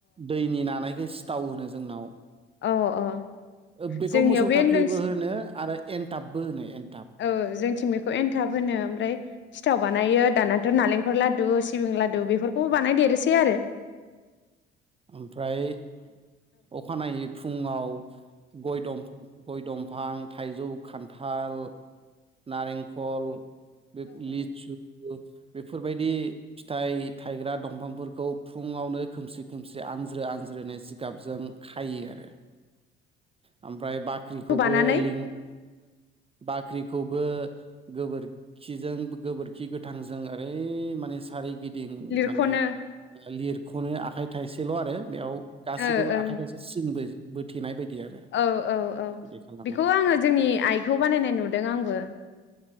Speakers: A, on the right (about 20°); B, on the left (about 40°).
A: दैनि नानायखो थाव होनो जोंनाव।
B: अ अ
A: ओ बेखौ
B: जोंनियाव
A: मोसौ
B: बे
A: थाफ्लिबो
B: नोंसि
A: होनो आरो एनथाबबो होनो एन
B: औ जोंथिं बेखौ एनथाब होनो ओमफ्राय सिथाव बानायो दाना थ' नारेंखल लादु सिबिं लादु बेफोरखौ बानायदेरोसै आरो।
A: ओमफ्राय अखानायै फुङाव गय दं गय दंफां थाइजौ खान थाल नारेंखल बेफोर लिसु बेफोरबायदि फिथाइ थायग्रा दंफांफोरखौ फुङावनो खोमसि खोमसि आनज्रो आनज्रोनि सि गाबजों खायो आरो। <inaudible> ओमफ्राय बाख्रिखौबो
B: बानानै
A: लिं बाख्रिखौबो गोबोरखिजों गोबोरखि गोथांजों ओरै माने सारिगिद दिन
B: लिरख'नो
A: माने लिर खनो आखाइ थाइसे सेल आरो बेयाव गासैखौबो
B: ओ ओं
A: आखाइ थायसे सिन बो बोथेनाय बायदि आरो
B: औ औ औ
A: बिदि खालामो
B: बेखौ आङो जोंनि आइखौ बानायनाय नुदों आंबो।